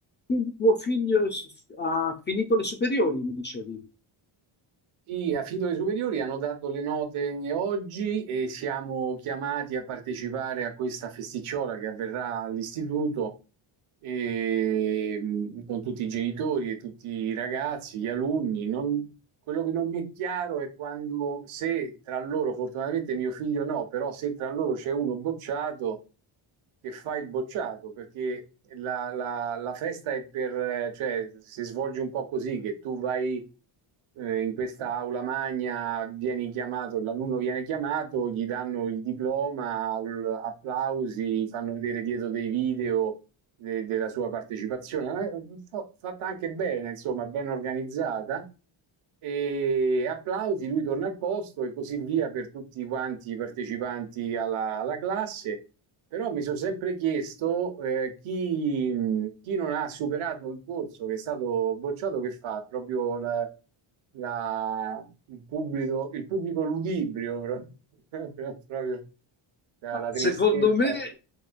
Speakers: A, on the left; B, on the right.
A: Quindi tuo figlio s- ha finito le superiori, mi dicevi.
B: Sì, a Fido le superiori hanno dato le note oggi e siamo chiamati a partecipare a questa festicciola che avverrà all'istituto e, mh, con tutti i genitori e tutti i ragazzi, gli alunni. Non- quello che non mi è chiaro è quando, se tra loro, fortunatamente mio figlio no, però se tra loro c'è uno bocciato, che fa il bocciato, perché la, la- la festa è per, eh, cioè, si svolge un po' così, che tu vai eh, in questa aula magna, vieni chiamato, l'alunno viene chiamato, gli danno il diploma, l- applausi, fanno vedere dietro dei video de- della sua partecipazione, Eh, fa- fatta anche bene, insomma, ben organizzata. E applausi, lui torna al posto e così via per tutti quanti i partecipanti alla alla classe. Però mi sono sempre chiesto eh, chi, chi non ha superato il corso che è stato bocciato, che fa proprio la- la- il pubblico, il pubblico ludibrio, pro- <laughs> proprio, proprio la,
A: Ma
B: la
A: secondo
B: tristezza.
A: me